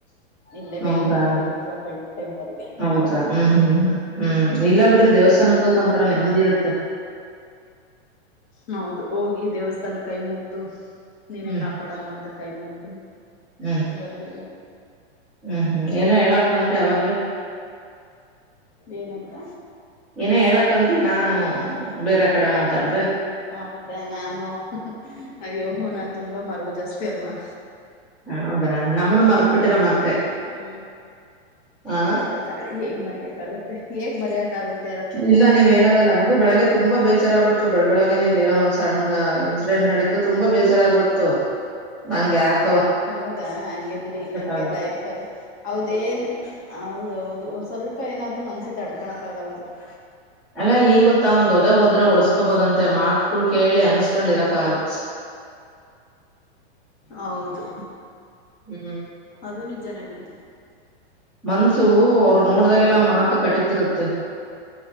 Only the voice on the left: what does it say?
ಇಲ್ಲೇ
ಬೆಂಗಳೂರಲ್ಲಿ ದುರ್ಗಾ ಪ ಟೆಂಪಲ್ಗೆ
ಹೌದು
ಹ್ಮ್.
ಹ್ಮ್
ಹಲ್ದುರ್ಗಮ್ಮ
ಹೌ ಹೌದು ಹೋಗಿ ದೇವಸ್ಥಾನ ಕೈ ಮುಗ್ದು ನೀನೇ
ಕಾಪಾಡಮ್ಮ ಅಂತ ಕೈ ಮುಗ್ದು
ಬರ್ಬೇಡಿ
ಏನಂತ
ಹೌದಾ ನಾನು ಅಯ್ಯೋೋ ನನ್ ತುಂಬಾ ಮರಬು ಜಾಸ್ತಿ ಅಲ್ವಾ.
ಹ್ಮ್
ಇಲ್ಲ ಇಲ್ಲ ತಾಳಿ ಹೇಗ್ ಮರಯಕ್ಾಗುತ್ತೆ ಹೇಗ್ ಮರಯಕ ಆಾಗುತ್ತೆ.
ಹೌದಾ ಹಂಗೆ ಬಿಡಿ ಹಂಗೆ
ಲೈಫಲ್ಲಿ ಹೌದೇನ್ ಹೌದೌದು ಸ್ವಲ್ಪ ಏನಾದರೂ ಮನ್ಸಿ ತಡ್ಕೊಳಕ್ಕ ಆಾಗಲ್ಲ ರೀ <inaudible>
ಹೌದು
ಅದು ನಿಜನ ಬಿಡ್ತ
ಅದ್ರಲ್ಲೇನ್
ಎರಡು